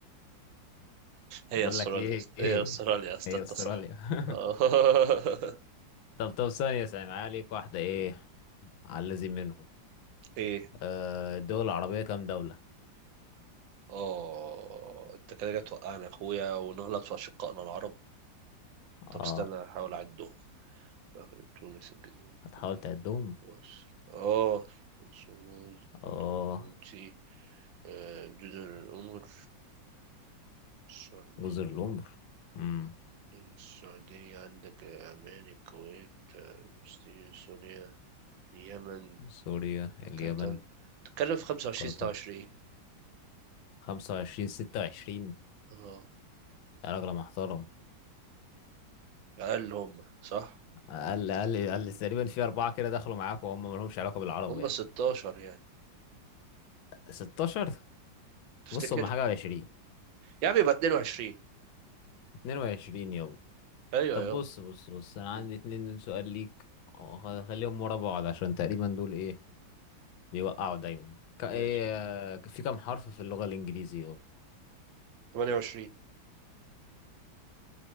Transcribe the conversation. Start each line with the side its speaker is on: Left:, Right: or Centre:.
Right: هي
Left: بقول
Right: أستراليا
Left: لك ايه
Right: يا اسطى.
Left: <laughs> ايه
Right: هي أستراليا يا اسطى
Left: هي
Right: أنت
Left: استراليا
Right: صح
Left: <laughs>
Right: آه. <laughs>
Left: طب طب ثانية ثانية معايا ليك واحدة ايه على الذي منهم
Right: إيه
Left: آه الدول العربية كام دولة
Right: أه أنت كده جاي توقعنا يا أخويا ونغلط في أشقائنا العرب
Left: اه
Right: طب استنى أحاول أعدهم المغرب تونس الجزائر
Left: هتحاول
Right: ليبيا
Left: تعدهم
Right: مصر اه سعود
Left: اه
Right: جيبوتي آه، جزر القمر السعودية
Left: جزر القمر امم
Right: السعودية عندك آه، عمان الكويت آه، فلسطين سوريا اليمن
Left: سوريا اليمن
Right: قطر تتكلم في خمسة وعشرين
Left: قطر
Right: ستة وعشرين
Left: خمسة وعشرين ستة وعشرين
Right: اه
Left: يا راجل محترم
Right: أقل هم صح
Left: أقل أقل أقل تقريبا في أربعة كده دخلوا معاك وهم ملهمش علاقة بالعرب
Right: هم
Left: يعني
Right: ستاشر يعني
Left: ستاشر
Right: تفتكر
Left: بص هم حاجة وعشرين
Right: يا عم يبقى اتنين وعشرين
Left: اتنين وعشرين يابا
Right: أيوة
Left: طب
Right: يابا
Left: بص بص بص انا
Right: مم،
Left: عندي اتنين سؤال ليك اه، خ- خليهم ورا بعض عشان تقريبا دول ايه بيوقعوا دايما ك... ايه
Right: ماشي
Left: آه، في كام حرف في اللغة الانجليزية اهو
Right: تمانية وعشرين